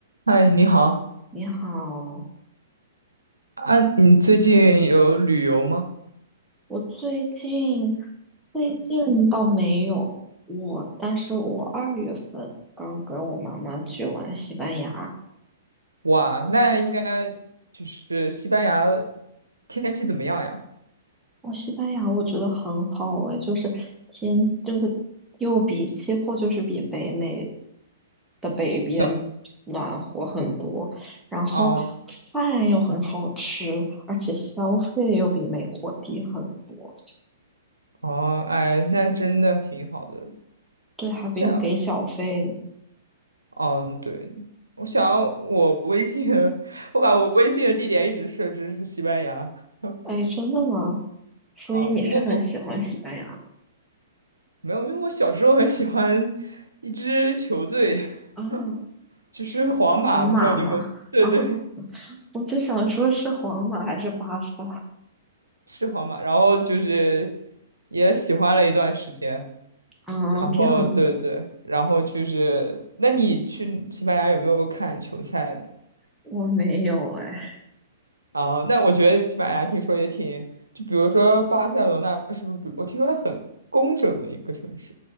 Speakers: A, on the right; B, in the centre.
A: 嗨，你好
B: 你好，
A: 啊！你最近有旅游吗？
B: 我最近最近倒没有我，但是我二月份刚跟我妈妈去玩西班牙。
A: 哇，那应该就是西班牙天气怎么样呀？
B: 我西班牙我觉得很好诶，就是天这个又比气候就是比北美的北边暖和很多，
A: 那
B: 然后
A: 哦
B: 饭又很好吃，而且消费又比美国低很多。
A: 哦，哎，那真的挺好的。
B: 对，还不用给小费，
A: 想，嗯，对，我想我微信的 <laughs> 我把我微信的地点一直设置是西班牙。<laughs>
B: 哎，真的吗？所以你是很喜欢西班牙的
A: 啊，不过没有，因为我小时候很喜欢一支球队，
B: 啊，
A: <laughs> 就是皇马，
B: 是皇马吗？
A: 不知道你们，对对，
B: 啊，我就想说是皇马还是巴萨？
A: 是皇马，然后就是也喜欢了一段时间，
B: 啊？
A: 然后对对，
B: 这样子，
A: 然后就是，那你去西班牙有没有看球赛呢？
B: 我没有哎。
A: 啊、那我觉得西班牙听说也挺，就比如说巴塞罗那是不是比？我听说它很工整的一个城市。